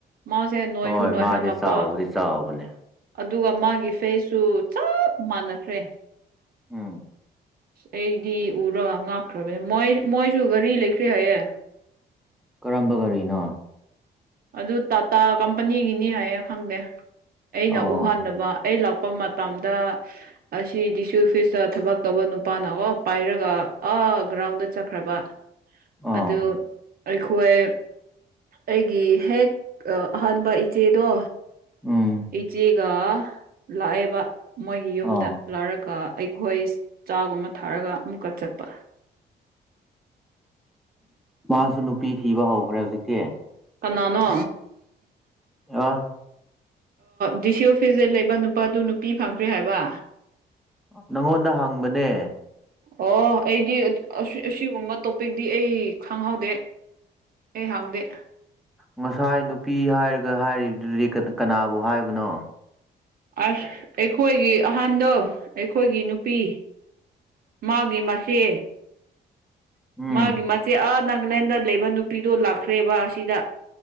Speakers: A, on the right (about 55°); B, in the centre.
A: ꯃꯥꯁꯦ ꯅꯣꯏꯁꯨ
B: ꯍꯣꯏ
A: ꯅꯣꯏꯍꯜꯂꯛꯄ
B: ꯃꯥꯗꯤ ꯆꯥꯎꯕꯗꯤ ꯆꯥꯎꯕꯅꯦ
A: ꯑꯗꯨꯒ ꯃꯥꯒꯤ ꯐꯩꯁꯨ ꯆꯞ ꯃꯥꯟꯅꯈ꯭ꯔꯦ
B: ꯎꯝ
A: ꯑꯩꯗꯤ ꯎꯔ ꯉꯛꯈ꯭ꯔꯕꯅꯦ ꯃꯣꯏ ꯃꯣꯏꯁꯨ ꯒꯥꯔꯤ ꯂꯩꯈ꯭ꯔꯦ ꯍꯥꯏꯌꯦ
B: ꯀꯔꯝꯕ ꯒꯥꯔꯤꯅꯣ
A: ꯑꯗꯨ ꯇꯥꯇꯥ ꯀꯝꯄꯅꯤꯒꯤꯅꯤ ꯍꯥꯏꯌꯦ ꯈꯪꯗꯦ ꯑꯩꯅ
B: ꯑꯣ
A: ꯎ ꯍꯥꯟꯗꯕ ꯑꯩ ꯂꯥꯛꯄ ꯃꯇꯝꯗ ꯑꯁꯤ ꯗꯤ ꯁꯤ ꯑꯣꯐꯤꯁꯇ ꯊꯕꯛ ꯇꯧꯕ ꯅꯨꯄꯥꯅ ꯑꯣ ꯄꯥꯏꯔꯒ ꯑꯥ ꯒ꯭ꯔꯥꯎꯟꯗ ꯆꯠꯈ꯭ꯔꯕ
B: ꯑꯥ
A: ꯑꯗꯨ ꯑꯩꯈꯣꯏ ꯑꯩꯒꯤ ꯍꯦꯛ ꯑꯍꯥꯟꯕ ꯏꯆꯦꯗꯣ
B: ꯎꯝ
A: ꯏꯆꯦꯒ ꯂꯥꯛꯑꯦꯕ ꯃꯣꯏꯒꯤ ꯌꯨꯝꯗ
B: ꯑꯥ
A: ꯂꯧꯔꯒ ꯑꯩꯈꯣꯏ ꯆꯥꯒꯨꯝꯕ ꯊꯥꯔꯒ ꯑꯃꯨꯛꯀ ꯆꯠꯄ
B: ꯃꯥꯁꯨ ꯅꯨꯄꯤ ꯊꯤꯕ ꯍꯧꯈ꯭ꯔꯦ ꯍꯧꯖꯤꯛꯇꯤ
A: ꯀꯅꯥꯅꯣ
B: ꯑꯥ
A: ꯗꯤ ꯁꯤ ꯑꯣꯐꯤꯁꯗ ꯂꯩꯕ ꯅꯨꯄꯥꯗꯨ ꯅꯨꯄꯤ ꯐꯪꯈ꯭ꯔꯦ ꯍꯥꯏꯕ
B: ꯅꯪꯉꯣꯟꯗ ꯍꯪꯕꯅꯦ
A: ꯑꯣ ꯑꯩꯗꯤ ꯑꯁꯤꯒꯨꯝꯕ ꯇꯣꯄꯤꯛꯇꯗꯤ ꯑꯩ ꯈꯪꯍꯧꯗꯦ ꯑꯩ ꯍꯪꯗꯦ
B: ꯉꯁꯥꯏ ꯅꯨꯄꯤ ꯍꯥꯏꯔꯒ ꯍꯥꯏꯔꯤꯕꯗꯨꯗꯤ ꯀꯅꯥꯕꯨ ꯍꯥꯏꯕꯅꯣ
A: ꯑꯁ ꯑꯩꯈꯣꯏꯒꯤ ꯑꯍꯟꯗꯣ ꯑꯩꯈꯣꯏꯒꯤ ꯅꯨꯄꯤ ꯃꯥꯒꯤ ꯃꯥꯆꯦ
B: ꯎꯝ
A: ꯃꯥꯒꯤ ꯃꯆꯦ ꯑꯥ ꯅꯥꯒꯥꯂꯦꯟꯗ ꯂꯩꯕ ꯅꯨꯄꯤꯗꯣ ꯂꯥꯛꯈ꯭ꯔꯦꯕ ꯑꯁꯤꯗ